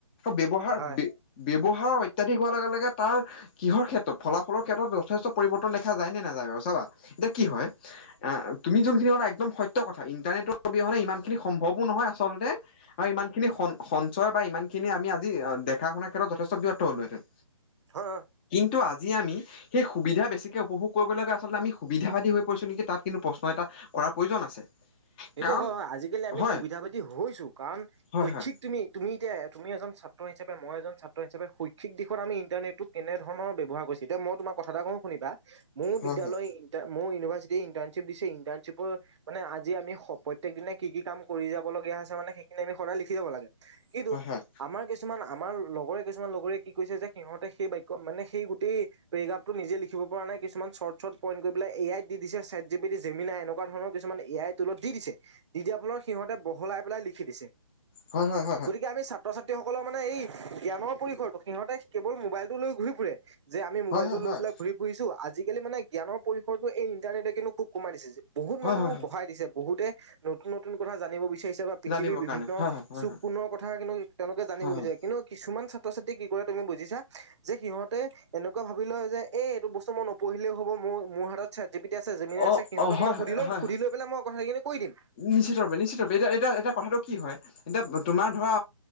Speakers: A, on the left; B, on the right.
A: ব্যৱহাৰ
B: হয়
A: বে
B: হয়
A: ব্যৱহাৰ অত্যাধিক হোৱাৰ লগে লগে তাৰ কিহৰ ক্ষেত্ৰত ফলাফলৰ ক্ষেত্ৰত যথেষ্ট পৰিৱৰ্তন দেখা যায় নে নাযায়। চাবা এতিয়া কি হয় এ হ তুমি যোনখিনি ক'লা একদম সত্য কথা ইণ্টাৰনেটৰ অবিহনে ইমানখিনি সম্ভৱো নহয় আচলতে আৰু ইমানখিনি স সঞ্চয় বা ইমানখিনি আমি আজি দেখা শুনাৰ ক্ষেত্ৰত যথেষ্ট ব্যৰ্থ হ'লোহেঁন।
B: হয় হয়।
A: তো আজি আমি সেই সুবিধা বেছিকে উপভোগ কৰিবলৈ গৈ আচলতে আমি সুবিধাবাদী হৈ পৰিছোঁ নেকি তাত কিন্তু প্ৰশ্ন এটা কৰাৰ প্ৰয়োজন আছে।
B: এইটো
A: কাৰণ
B: হয় আজিকালি আমি
A: হয়
B: সুবিধাবাদি হৈছো, কাৰণ
A: হয়
B: শৈক্ষিক
A: হয়
B: তুমি তুমি এতিয়া তুমি এজন ছাত্ৰ হিচাপে মই এজন ছাত্ৰ হিচাপে শৈক্ষিক দিশত আমি ইণ্টাৰনেটটো কেনেধৰণৰ ব্যৱহাৰ কৰিছো, এতিয়া মই তোমাৰ কথা এটা কওঁ শুনিবা। মোৰ
A: হয়
B: বিদ্যালয় ইণ্টাৰ মোৰ ইউনিভাৰ্চিট ইণ্টাৰ্শিপ দিছে ইণ্টাৰ্শিপৰ মানে আ যি আমি প্ৰত্যেক দিনে কি কি কাম কৰি যাবলগীয়া আছে মানে সেইখিনি আমি সদায় লিখি যাব লাগে। কিন্তু,
A: হয় হয়
B: আমাৰ কিছুমান আমাৰ লগৰে কিছুমান লগৰে কি কৈছে যে, সিহঁতে সেই বাক্য মানে সেই গোটেই পেৰিগ্ৰাফটো নিজে লিখিব পৰা কিছুমান শৰ্ট শৰ্ট পইট কৰি পাই এ আই দিছে set G P D Jamie নাই এনেকুৱা ধৰণৰ কিছুমান এ আই তলত দি দিছে দি দিয়াৰ ফলত সিহঁতে বহলাই পেলাই লিখি দিছে।
A: হয় হয় হয় হয় হয়
B: গতিকে আমি ছাত্ৰ-ছাত্ৰী সক। সকলৰ মানে এই জ্ঞানৰ পৰিসৰটো সিহঁতে কেৱল মোবাইলটো লৈ ঘূৰি ফুৰে যে আমি মোবাইলটো
A: হয় হয়
B: লৈ পেলাই ঘূৰি ফুৰিছোঁ আজিকালি মানে জ্ঞানৰ পৰিসৰটো এই ইন্টাৰনেটে কিন্তু খুব কমাই দিছে যে। বহুত
A: হয়
B: মানুহক
A: হয়
B: বঢ়াই দিছে বহুতে নতুন নতুন কথা জানিব বিচ বিচাৰিছে বা পৃথিৱীৰ
A: জানিবৰ
B: বিভিন্ন
A: কাৰণে হয় হয়
B: চুক
A: হয় হয়
B: কোণৰ কথা কিন্তু তেওঁলোকে জানিব
A: হয় হয়
B: বিচাৰে কিন্তু কিছুমান ছাত্ৰ ছাত্ৰী কি কৰে তুমি বুজিছা যে সিহঁতে এনেকুৱা ভাবি লয় যে এইটো বস্তু মই নপঢ়িলেও হ'ব মোৰ মোৰ হাতত চাটজিপিটি আছে জমিনি
A: অ
B: আছে সিহঁতক
A: অ হয়
B: সুধি
A: হয়
B: লম
A: হয়
B: সুধি
A: হয়
B: লৈ পাই মই কথাখিনি কৈ দিম
A: নিশ্চিত ৰপে নিশ্চিত ৰূপে এতিয়া এতিয়া এটা কথাটো কি। এতিয়া তোমাৰ ধৰা